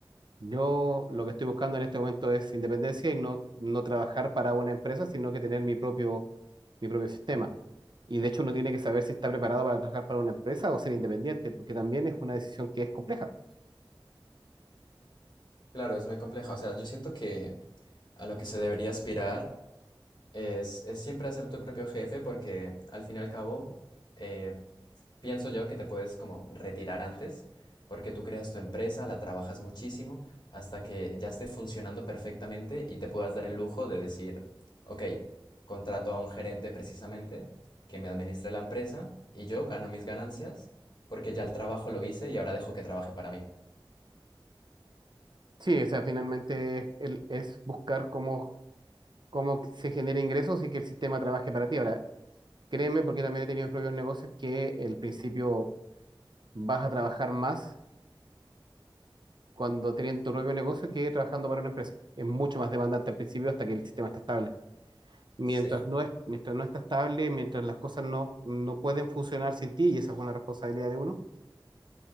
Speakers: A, on the right; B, on the left.
A: Yo lo que estoy buscando en este momento es independencia y no, no trabajar para una empresa, sino que tener mi propio, mi propio sistema. Y de hecho uno tiene que saber si está preparado para trabajar para una empresa o ser independiente, porque también es una decisión que es compleja.
B: Claro, es muy compleja. O sea, yo siento que a lo que se debería aspirar Es, es siempre hacer tu propio jefe porque al fin y al cabo eh, pienso yo que te puedes como retirar antes porque tú creas tu empresa, la trabajas muchísimo hasta que ya esté funcionando perfectamente y te puedas dar el lujo de decir, ok, contrato a un gerente precisamente que me administre la empresa y yo gano mis ganancias porque ya el trabajo lo hice y ahora dejo que trabaje para mí.
A: Sí, o sea, finalmente el- es buscar cómo, cómo se genera ingresos y que el sistema trabaje para ti. Ahora, créeme, porque también he tenido mis propios negocios, que el principio vas a trabajar más cuando teniendo tu propio negocio que trabajando para una empresa. Es mucho más demandante al principio hasta que el sistema está estable. Mientras
B: Sí,
A: no es, mientras no está estable, mientras las cosas no, no pueden funcionar sin ti, y esa es una responsabilidad de uno,